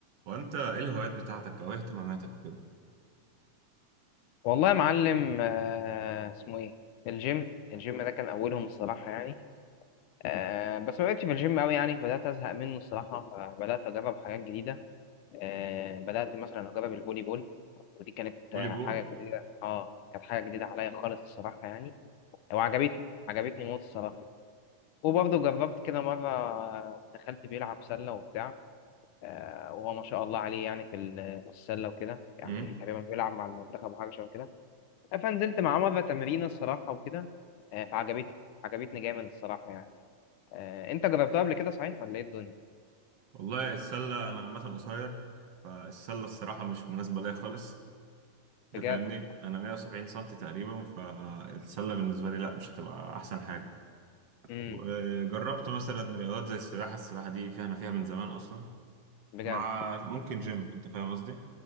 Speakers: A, on the right; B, on the left.
A: وانت ايه الهوايات بتاعتك او إيه اهتماماتك وكده
B: والله يا معلم آه، اسمه ايه الجيم الجيم ده كان اولهم الصراحه يعني آه، بس ما بقتش في الجيم قوي يعني بدات ازهق منه الصراحه فبدات اجرب حاجات جديده آه، بدات مثلا اجرب الفولي بول ودي كانت
A: فولي
B: آه،
A: بول
B: حاجه جديده اه كانت حاجه جديده عليا خالص الصراحه يعني وعجبتني عجبتني موت الصراحه وبرضه جربت كده مره آه، دخلت بيلعب سله وبتاع آه، وهو ما شاء الله عليه يعني في ال- في السله وكده يعني
A: امم
B: تقريبا بيلعب مع المنتخب وحاجه شبه كده فنزلت مع مرة تمرين الصراحة وكده آه، فعجبتني عجبتني جامد الصراحة يعني آه، انت جربتها قبل كده صحيح ولا ايه الدنيا
A: والله السله انا عامه قصير فالسله الصراحه مش مناسبه ليا خالص ده
B: بجد
A: فاهمني انا 170 سم تقريبا فالسله بالنسبه لي لا مش هتبقى احسن حاجه
B: امم
A: وجربت مثلا رياضات زي السباحه السباحه دي فيها انا فيها من زمان اصلا
B: بجد
A: مع ممكن جيم انت فاهم قصدي